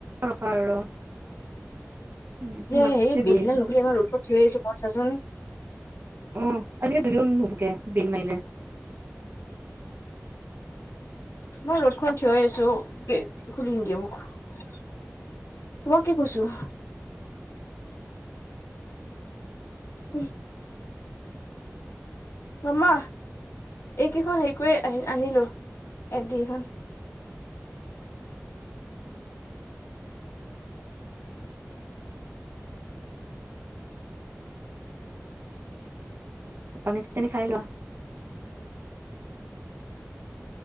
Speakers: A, on the right; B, on the left.
A: ৰখা আৰু উম
B: এ
A: মাতিছে
B: সেই বেলিদাল
A: বহি
B: নুখৰি ইমান ৰ'দ কত থিয় হৈ আছো মই চাচোন
A: অ', আজিকালি <unintelligible> বেল মাইলে
B: মই ৰ'দখন থিয় আছো, খুলি নিদিয়ে মোক। তোমাক কি কৈছো? উ <unintelligible> মামা, এইকেইখন হেৰি কৰি আ-আনিলো। এফ দিখন
A: পানী-চানী খাই লোৱা।